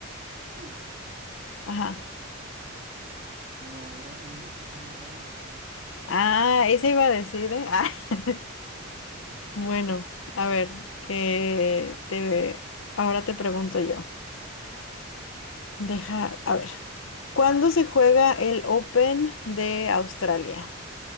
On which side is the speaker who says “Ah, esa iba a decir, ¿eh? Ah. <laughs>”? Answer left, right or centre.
Left